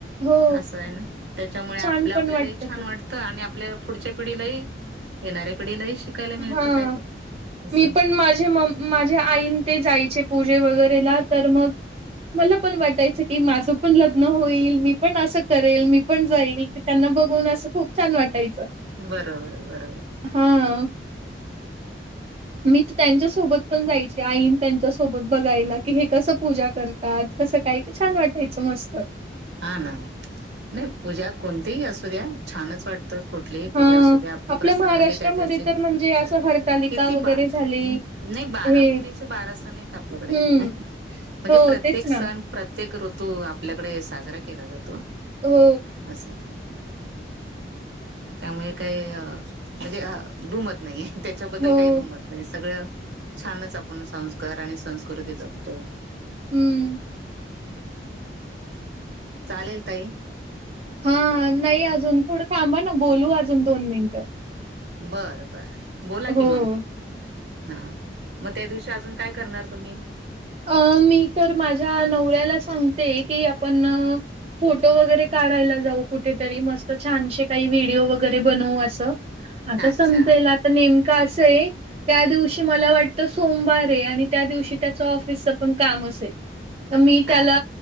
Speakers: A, on the right; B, on the right.
A: हो,
B: अस हाय ना त्यामुळे आप
A: छान पण
B: आपल्याला
A: वाटतं
B: छान
A: ते.
B: वाटत आणि आप पल्या पुढच्या पिढीलाही येणाऱ्या पिढीलाही शिकायला मिळतं
A: हां.
B: काहीतरी. असं
A: मी पण माझे म माझ्या आईन ते जायचे पूजे वगैरेला तर मग मला पण वाटायचं की माझं पण लग्न होईल मी पण असं करेल मी पण जाईल त्यांना बघून असं खूप छान वाटायचं.
B: बरोबर बरोबर.
A: हां. मी तर त्यांच्यासोबत पण जायची आईन त्यांच्यासोबत बघायला की हे कसं पूजा करतात. तसं काय की छान वाटायचं मस्त.
B: हा ना नाही पूजा कोणतीही असू द्या छानच वाटते. तर कुठलीही
A: हां.
B: पूजा असू द्या आपण
A: आपल्या
B: प्रसन्न
A: महाराष्ट्रामध्ये
B: म्हणजे त्या दिवशी
A: तर म्हणजे असं हरतालिका
B: किती
A: वगैरे
B: बा
A: झाली.
B: नाही बारा
A: हे
B: महिन्याचे बारा सण आहेत आपल्याकडे
A: हं.
B: म्हणजे
A: हो
B: प्रत्येक
A: तेच
B: सण
A: ना.
B: प्रत्येक प्रत्येक ऋतू आपल्याकडे साजरा केला जातो.
A: हो.
B: असं त्यामुळे काही अ म्हणजे अ दुमत नाहीये. त्याच्याबद्दल
A: हो.
B: काही दुमत नाही सगळं छानच आपण संस्कार आणि संस्कृती जगतो.
A: हं.
B: चालेल ताई.
A: हा नाही
B: ह
A: अजून थोडं थांबा ना बोलू अजून दोन मिनिटं.
B: बरं बर बोला
A: हो.
B: कि मग हा मग त्या दिवशी अजून काय करणार तुम्ही?
A: अ मी तर माझ्या नवऱ्याला सांगते की आपण फोटो वगैरे काढायला जाऊ कुठेतरी मस्त छानशे काही व्हिडिओ वगैरे बनवू असं आता
B: अच्छा
A: समजेल आता नेमकं असं आहे. त्या दिवशी मला वाटत सोमवार आहे आणि त्या दिवशी त्याचा ऑफिस ऑफिसच काम असेल तर मी त्याला
B: हा